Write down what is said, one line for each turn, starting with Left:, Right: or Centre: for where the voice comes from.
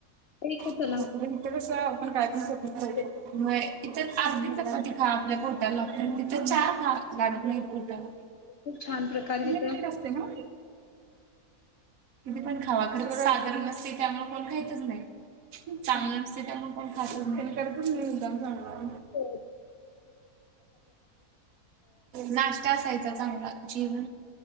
Left: ते <unintelligible>
Right: आप इथे
Left: तिथे
Right: कसं आपण काय पण ककरून खाऊ
Left: खूप
Right: शकतो. व्हय इथे आरधी चपाटी खा आपल्या पोटाला. तिथ चार खा काही लागत नाही पोटाला.
Left: खूप छान प्रकारे तिथं
Right: लिमिटेड असते ना. किती पण खावा खर साजर नसते त्यामुळे कोण खायचच नाही. चांगलं नसते त्यामुळे णन खातच नाही. करतच नाही मुदाम चांगल.
Left: हो.
Right: नाश्ता असायचा चांगला. काय